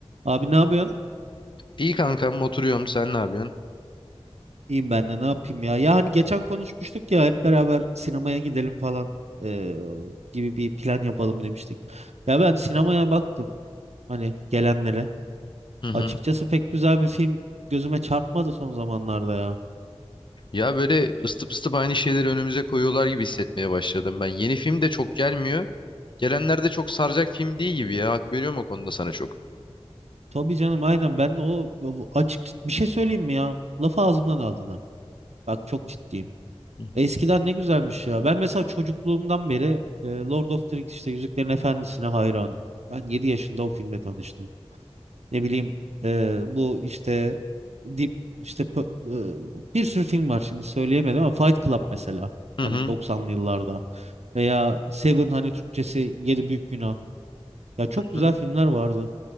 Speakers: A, on the right; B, on the left.
A: Abi ne yapıyorsun?
B: İyi kankam oturuyorum sen ne yapıyorsun?
A: İyiyim ben de ne yapayım ya. Ya hani geçen konuşmuştuk ya hep beraber sinemaya gidelim falan eee, gibi bir plan yapalım demiştik. Ya ben sinemaya baktım hani gelenlere.
B: Hı hı.
A: Açıkçası pek güzel bir film gözüme çarpmadı son zamanlarda ya.
B: Ya böyle ısıtıp ısıtıp aynı şeyleri önümüze koyuyorlar gibi hissetmeye başladım ben. Yeni film de çok gelmiyor. Gelenler de çok saracak film değil gibi ya. Hak veriyorum o konuda sana çok.
A: Tabii canım aynen ben de o o açık bir şey söyleyeyim mi ya? Lafı ağzımdan aldın ha. Bak çok ciddiyim.
B: Hı hı.
A: Eskiden ne güzelmiş ya. Ben mesela çocukluğumdan beri eee, Lord of the Rings işte Yüzüklerin Efendisi'ne hayranım. Ben 7 yaşında o filmle tanıştım. Ne bileyim e, bu işte Deep işte pö- e, bir sürü film var şimdi söyleyemedim ama Fight Club mesela
B: Hı
A: hani
B: hı.
A: 90'lı yıllarda veya Seven hani Türkçesi Yedi Büyük Günah. Ya çok
B: Hı.
A: güzel filmler vardı.